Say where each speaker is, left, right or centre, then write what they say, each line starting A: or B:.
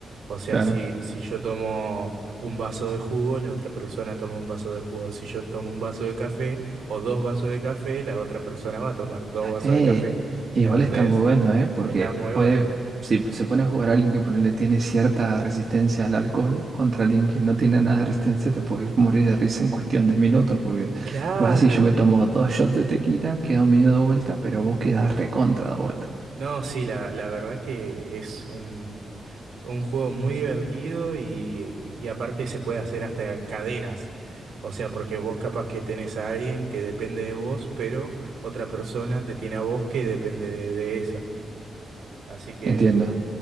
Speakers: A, on the right; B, on the right.
A: O sea,
B: claro.
A: si, si yo tomo un vaso de jugo, la otra persona toma un vaso de jugo. Si yo tomo un vaso de café o dos vasos de café, la otra persona va a tomar dos vasos
B: Eh,
A: de café.
B: igual
A: ¿Entendés?
B: está muy bueno, ¿eh? Porque
A: Está muy
B: puede,
A: bueno.
B: si se pone a jugar a alguien que ponerle tiene cierta resistencia al alcohol contra alguien que no tiene nada de resistencia, te puedes morir de risa en cuestión de minutos, porque
A: Claro.
B: vas y yo me tomo dos shots de tequila, quedo medio de vuelta, pero vos quedás recontra de vuelta.
A: No, sí, la, la verdad que es un, un juego muy divertido y, y aparte se puede hacer hasta cadenas. O sea, porque vos capaz que tenés a alguien que depende de vos, pero otra persona te tiene a vos que depende de, de esa. Así que,
B: Entiendo.